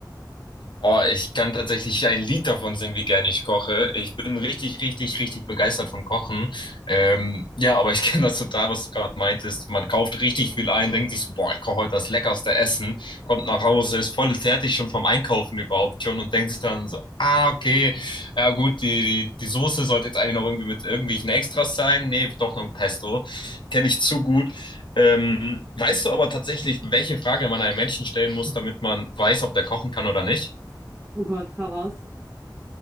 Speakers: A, on the left; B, on the right.
A: Oh, ich kann tatsächlich ein Lied davon singen, wie gerne ich koche. Ich bin richtig, richtig, richtig begeistert vom Kochen. Ähm, ja, aber ich <laughs> kenne das total, was du gerade meintest. Man kauft richtig viel ein, denkt sich so, boah, ich koche heute das leckerste Essen, kommt nach Hause, ist voll fertig schon vom Einkaufen überhaupt schon und denkt sich dann so, ah, okay, ja gut, die, die, die Soße sollte jetzt eigentlich noch irgendwie mit irgendwelchen Extras sein. Nee, doch noch ein Pesto. Kenne ich zu gut. Ähm, weißt du aber tatsächlich, welche Frage man einem Menschen stellen muss, damit man weiß, ob der kochen kann oder nicht?
B: Oh Gott, hau raus.